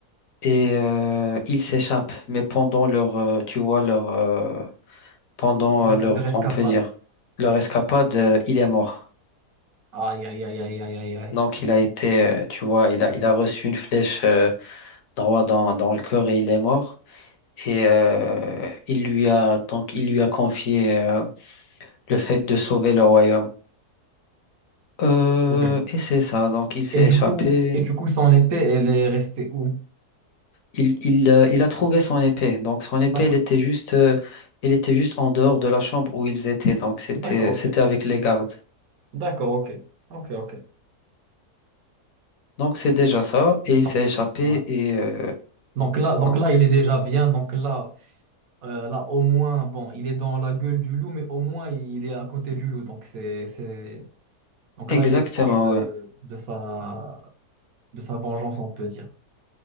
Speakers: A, on the left (about 60°); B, on the right (about 65°).
A: et euh, il s'échappe. Mais pendant leur, euh, tu vois, leur, euh, pendant
B: Le,
A: euh, leur,
B: le rescapade.
A: on peut dire, leur escapade, euh, il est mort.
B: Aïe, aïe, aïe, aïe, aïe, aïe, aïe.
A: Donc il a été, euh, tu vois, il a, il a reçu une flèche euh, droit dans, dans le cœur et il est mort. Et euh, il lui a donc il lui a confié euh, le fait de sauver le royaume. Euh,
B: Ok.
A: et c'est ça. Donc il s'est
B: Et du
A: échappé.
B: coup, et du coup, son épée, elle est restée où?
A: Il, il, euh, il a trouvé son épée. Donc son épée,
B: D'accord,
A: elle était juste, euh, elle était juste en dehors de la chambre où ils étaient. Donc c'était,
B: d'accord,
A: c'était
B: ok.
A: avec les gardes.
B: D'accord, ok. Ok, ok.
A: Donc c'est déjà ça.
B: Donc,
A: Et il s'est échappé.
B: ouais.
A: Et euh,
B: Donc là, donc
A: donc
B: là, il est déjà bien. Donc là, euh, là, au moins, bon, il est dans la gueule du loup, mais au moins, il est à côté du loup. Donc, c'est, c'est, Donc
A: exactement.
B: là, il est proche de,
A: Ouais,
B: de sa, de sa vengeance, on peut dire.